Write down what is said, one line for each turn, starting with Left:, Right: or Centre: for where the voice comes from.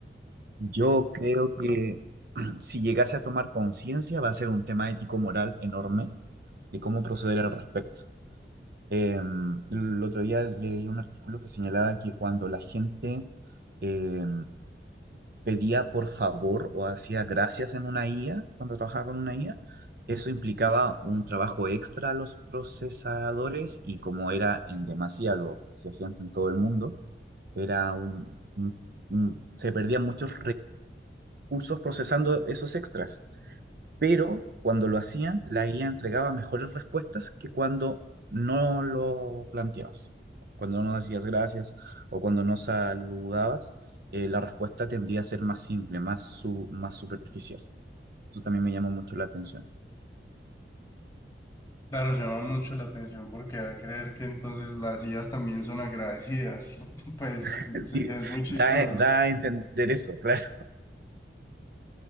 Right: Yo creo que <clears throat> si llegase a tomar conciencia, va a ser un tema ético-moral enorme de cómo proceder al respecto. Eh, el otro día leí un artículo que señalaba que cuando la gente... eh, pedía por favor o hacía gracias en una IA, cuando trabajaba con una IA, eso implicaba un trabajo extra a los procesadores y como era en demasía, lo hacía gente en todo el mundo, era un, un- un- se perdían muchos recursos procesando esos extras pero cuando lo hacían, la IA entregaba mejores respuestas que cuando no lo planteabas. Cuando no decías gracias o cuando no saludabas, eh, la respuesta tendía a ser más simple, más, su, más superficial. Eso también me llamó mucho la atención.
Left: Claro, llama mucho la atención porque da a creer que entonces las IAs también son agradecidas. <laughs> Pues
Right: <laughs>
Left: es
Right: Sí,
Left: es muy chistoso.
Right: da, eh, da a entender eso, <laughs> claro.